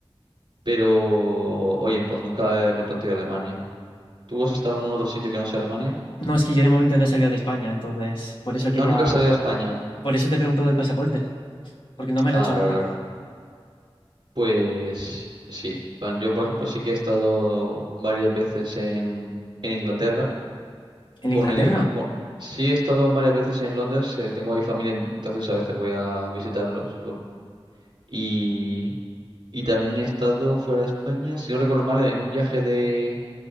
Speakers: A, on the right; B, on the left.
A: Pero, oye, pues nunca eh, me he planteado Alemania. ¿Tú has estado en algún otro sitio que no sea Alemania?
B: No, es que yo de momento no he salido de España, entonces por eso quería,
A: Ah, nunca has salido a España.
B: por eso te he preguntado del pasaporte, porque no me lo
A: Ah,
B: he hecho nunca.
A: claro, claro. Pues sí. Bueno, yo, por ejemplo, sí que he estado varias veces en, en Inglaterra.
B: ¿En
A: Con
B: Inglaterra?
A: el, con- Sí he estado varias veces en Londres. eh, tengo ahí familia, entonces a veces voy a visitarlos. lo- Y, y también he estado fuera de España, si no recuerdo mal, en un viaje de,